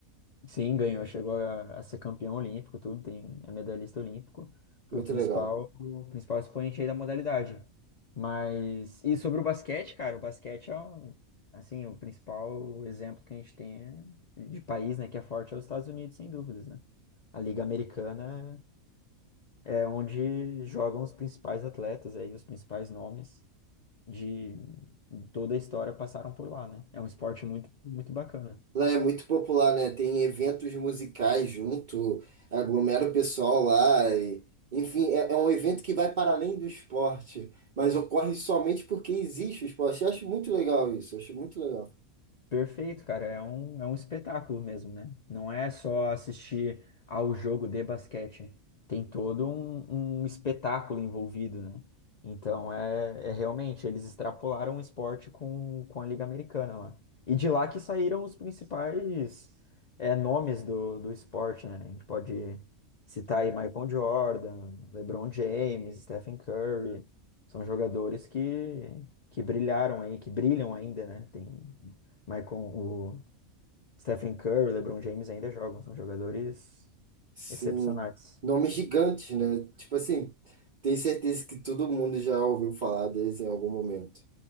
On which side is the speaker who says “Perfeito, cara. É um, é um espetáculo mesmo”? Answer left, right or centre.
Left